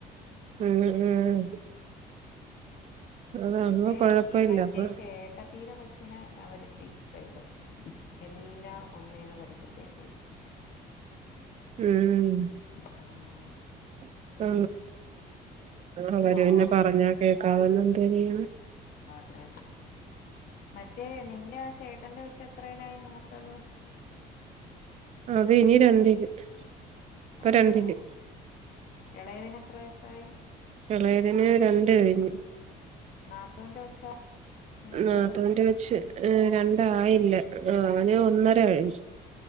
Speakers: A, on the right (about 40°); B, on the left (about 60°).
A: ഉം ഉം അത്
B: പക്ഷേ
A: അങ്ങ് കൊഴപ്പല്ല
B: ഈ മറ്റേ
A: അപ്പൊ
B: ചേട്ട തീരെ കൊച്ചിനെ അവരെത്തി പപെടും എല്ലാം ഒന്നേന്ന് പഠിപ്പിക്കേണ്ടി വരും.
A: ഉം
B: ഉം
A: <unintelligible> <unintelligible> അവര്
B: ഓ
A: പിന്നെ പറഞ്ഞാ <unintelligible> എന്ത്‌ ചെയ്യാനാ?
B: ങ്ങേ മറ്റേ നിന്റെ ആ ചേട്ടന്റെ കൊച്ച് എത്രയിലായി മൂത്തത്?
A: അത് ഇനി രണ്ടില്. ഇപ്പ
B: ഓ
A: രണ്ടില്.
B: ഓ ഇളയതിന് എത്ര വയസ്സായി?
A: എളയതിന് രണ്ട് കഴിഞ്ഞു.
B: നാത്തൂന്റെ കൊച്ചാ മൂത്തത്
A: നാത്തൂന്റെ കൊച്ച് രണ്ടായി ല്ല അവന് ഒന്നര കഴി